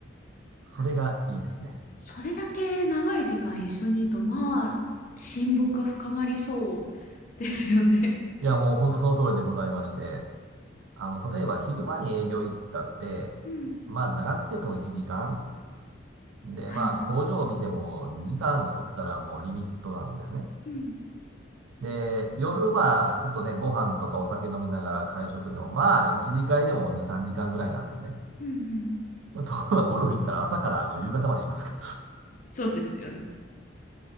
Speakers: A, on the right; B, on the left.
A: それがいいですね。
B: あそそれだけ長い時間一緒にいると、まあ、親睦が深まりそうですよね。
A: いや、もうほんとその通りでございまして、あの、例えば昼間に営業行ったって、
B: うん。
A: まあ長くても1時間で、
B: はい。
A: まあ、工場を見ても2時間おったらもうリミットなんですね。
B: うん。
A: で、夜はちょっとね、ご飯とかお酒飲みながら会食でも、まあ、1次会でも2、3時間ぐらいなんですね。
B: うんうん。
A: ところがゴルフ行ったら朝からあの夕方までいますか
B: そうですよね。